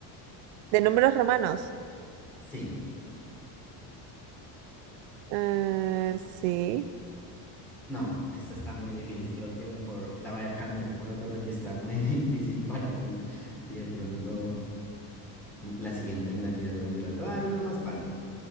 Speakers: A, on the right; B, in the centre.
A: De números romanos.
B: Sí.
A: Eh, sí,
B: No, esta está muy difícil. Creo que mejor la voy a cambiar por otro que está muy <laughs> difícil para ti. Y de pronto la siguiente me la tiras muy dura. Te voy a dar una más fácil.